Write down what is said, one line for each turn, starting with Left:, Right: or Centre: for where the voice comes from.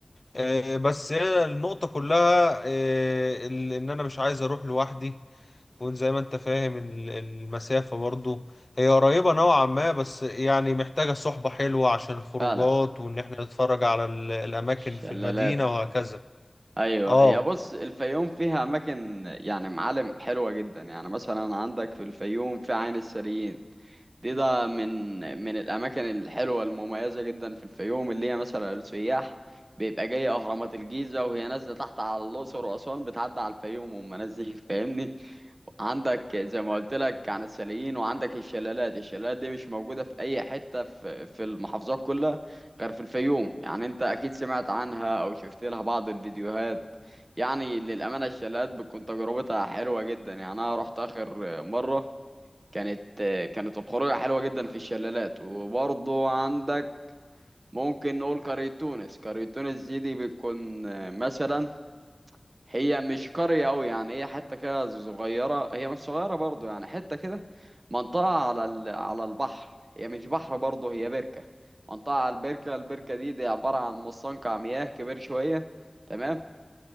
Left: آه، بس هي النقطة كلها آه، ال- ان انا مش عايز اروح لوحدي وان زي ما انت فاهم ال- المسافة برضو هي قريبة نوعا ما بس يعني محتاجة صحبة حلوة عشان الخروجات
Right: فعلا
Left: وان احنا نتفرج على ال- الاماكن
Right: شلالات
Left: في المدينة وهكذا
Right: ايوه
Left: اه
Right: هي بص الفيوم فيها اماكن يعني معالم حلوة جدا يعني مثلا عندك في الفيوم في عين السريين دي ده من من الاماكن الحلوه المميزه جدا في الفيوم اللي هي مثلا السياح بيبقى جاي اهرامات الجيزه وهي نازله تحت على الاقصر واسوان بتعدي على الفيوم وهم نازلين <laughs> فاهمني عندك زي ما قلت لك عن الشاليين وعندك الشلالات الشلالات دي مش موجودة في أي حتة في في المحافظات كلها غير في الفيوم يعني أنت أكيد سمعت عنها أو شفت لها بعض الفيديوهات يعني للأمانة الشلالات بتكون تجربتها حلوة جدا يعني أنا رحت آخر مرة كانت كانت الخروجة حلوة جدا في الشلالات وبرضه عندك ممكن نقول قرية تونس قرية تونس دي, دي بتكون مثلا هي مش قرية أوي يعني هي حتة كده صغيرة هي مش صغيرة برضو يعني حتة كده منطقة على ال... على البحر هي مش بحر برضو هي بركة منطقة على البركة البركة دي دي عبارة عن مستنقع مياه كبير شوية تمام